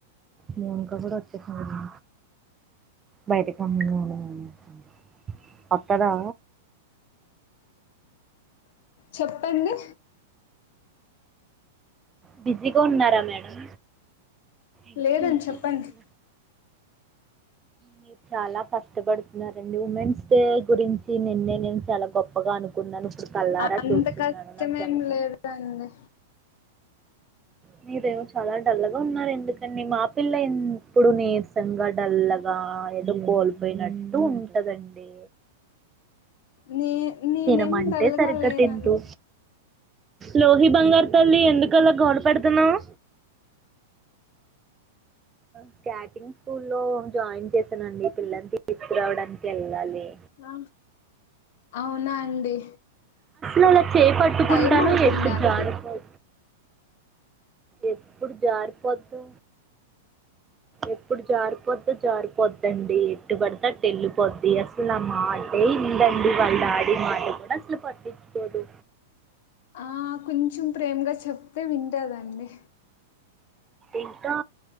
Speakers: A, on the right; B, on the left.
A: మౌనిక కూడ వచ్చేసింది బయటకి <unintelligible> అక్కడా
B: చెప్పండి
A: బిజీగ ఉన్నార మేడం ఇంకా
B: లేదండ్
A: లేదు
B: చెప్పండి
A: మ్యామ్ ఇది కూడా మీరు చాలా కష్టపడుతున్నారండి ఉమెన్స్ డే గురించి నిన్నే నేను చాలా గొప్పగా అనుకున్నాను ఇప్పుడు కళ్ళారా
B: అంత
A: చూస్తున్నాను
B: కష్టంమేం
A: నాకు చాలా
B: లేదు అండి
A: మీరేదో చాలా డల్లుగా ఉన్నా రెందుకండి మా పిల్ల ఎప్పుడు నీరసంగా డల్లగా ఏదో కో కోల్పోయినట్టు ఉంటదండి
B: నె నేనేం
A: తినమంటే
B: డల్లగా
A: సరిగ్గా
B: లేనండి
A: తింటూ లోహి బంగారు తల్లి ఎందుకలా గోడ పెడుతున్నావు స్కాటింగ్ స్కూల్లో జాయిన్ చేసానండి పిల్లని తీసుకురావడానికి వెళ్ళాలి
B: అ అవునా అండి
A: నన్ను చేయిపట్టుకుంటాను
B: టైం అవుతుందా
A: ఎప్పుడు
B: అండి
A: జారిపోదు ఎప్పుడు జారిపోతు ఎప్పుడు జారిపొద్దో జారిపోద్దండి ఎటుబడితే అటు వెళ్ళిపోద్ది అసలు నా మాటే విందండి వాళ్ళ డాడి మాట కూడా అసలు పట్టించుకోదు
B: ఆ కొంచెం ప్రేమగా చెప్తే వింటదండి
A: ఇంకా